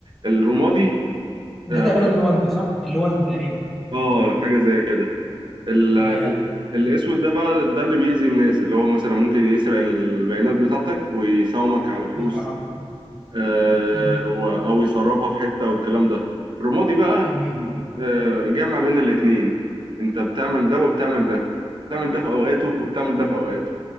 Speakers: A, on the right; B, in the centre.
A: الرمادي
B: ده
A: اه
B: تقريبا اللي هو انت صح اللي هو انت تقريبا
A: آه، حاجة زي كده ال-
B: تمام
A: الاسود ده بقى ده اللي بيأذي الناس اللي هو مثلا ممكن يسرق البيانات بتاعتك ويساومك على فلوس
B: كويس يا رب.
A: آه،
B: جميل
A: و- او يسربها في حته والكلام ده رمادي بقى
B: جميل
A: آه، جمع بين الاتنين انت بتعمل ده وبتعمل ده بتعمل ده في اوقاته وبتعمل ده في اوقاته